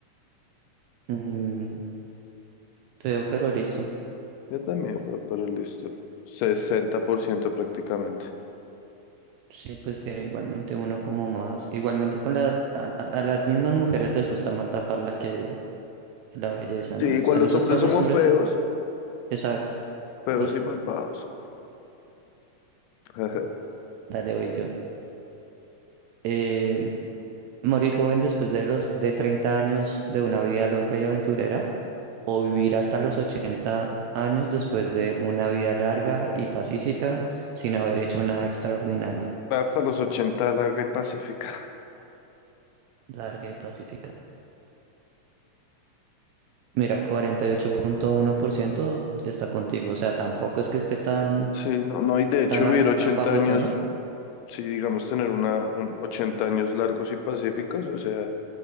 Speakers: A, on the right; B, on the left.
A: Mm, feo, pero listo.
B: Yo también feo pero listo. 60% prácticamente.
A: Sí, pues tiene igualmente uno como más. Igualmente con la, a, a- a las mismas mujeres les gusta más la parla que, que la belleza,
B: Sí,
A: ¿no?
B: igual
A: O sea,
B: los
A: nosotros
B: hombres somos
A: los hombres,
B: feos,
A: sí. Exacto.
B: feos
A: Do-
B: y malvados. <laughs> Ajá.
A: dale, voy yo. Eh, Morir joven después de los de 30 años de una vida loca y aventurera o vivir hasta los 80 años después de una vida larga y pacífica sin haber hecho nada extraordinario.
B: Hasta los ochenta larga y pacífica.
A: Larga y pacífica. Mira, cuarenta y ocho punto uno por ciento está contigo, o sea, tampoco es que esté tan
B: Sí, no, no, y de hecho
A: tan a-
B: vivir 80
A: tan bajito,
B: años,
A: ¿no?
B: si digamos tener una, un 80 años largos y pacíficos, o sea,